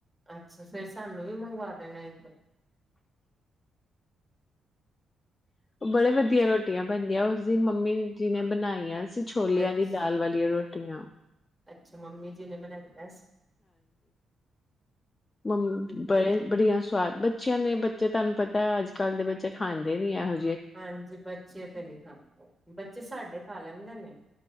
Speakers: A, in the centre; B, on the left.
A: ਅੱਛਾ ਫੇਰ ਸਾਨੂੰ ਵੀ ਮੰਗਵਾ ਦੇਣਾ ਇੱਕ।
B: ਬੜੇ ਵਧੀਆ ਰੋਟੀਆਂ ਬਣਦੀਆਂ ਉਸ ਦਿਨ ਮੰਮੀ ਜੀ ਨੇ ਬਣਾਈਆਂ ਸੀ। ਛੋਲਿਆਂ
A: ਅੱਛਾ
B: ਦੀ ਦਾਲ ਵਾਲੀਆਂ ਰੋਟ ਟੀਆਂ
A: ਅੱਛਾ ਮੰਮੀ ਜੀ ਨੇ ਬਣਾਈਆਂ ਸੀ।
B: ਮੰਮੀ
A: ਠੀਕ
B: ਬੜੇ
A: ਹੈ ਜੀ।
B: ਬੜਿਆ ਸਵਾਦ ਬਣ ਬੱਚਿਆਂ ਨੇ ਬੱਚੇ ਤੁਹਾਨੂੰ ਪਤਾ ਹੈ ਅੱਜ ਕੱਲ੍ਹ ਦੇ ਬੱਚੇ ਖਾਂਦੇ ਨੀ ਐਹੋ
A: ਹਾਂਜੀ ਬੱਚੇ ਤੇ ਨਹੀ ਖਾਂਦੇ ਬੱਚੇ ਸਾਡੇ ਖਾ ਲੈ ਨਈ -ਨਈ